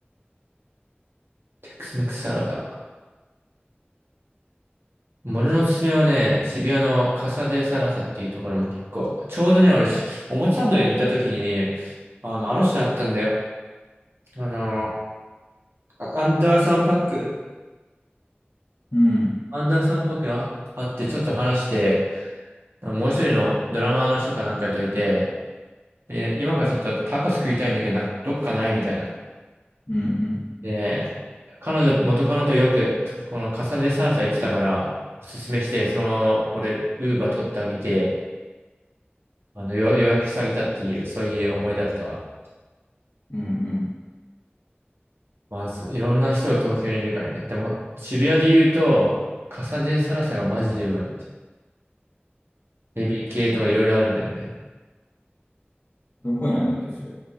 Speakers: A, on the right; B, on the left.
A: テックスメックスサラダ。俺のおすすめはね、渋谷のカサデサラサっていうところも結構、ちょうどね、俺し、おもちゃンドにいた時にね、あの、あの人に会ったんだよ。あの、あアンダーサンパック
B: うん。うん
A: アンダーサンパックにあ会ってちょっと話して、もう一人のドラマーの人かなんかといて、で今からちょっとタコス食いたいんだけど、なんかどっかないみたいな。
B: うんうん。
A: で、彼女、元カノとよく、このカサデサラサ行ってたから、おすすめして、そのまま俺、ウーバー取ってあげて、あの、よ、よしてあげたっていう、そういう思いだったわ。
B: うんうん。
A: まあ、すいろんな人が東京にいるからね。でも、渋谷で言うと、笠でサラサがマジでうまいって。エビ系とかいろいろあるんだよね。
B: どこにあるんだっけ、それ。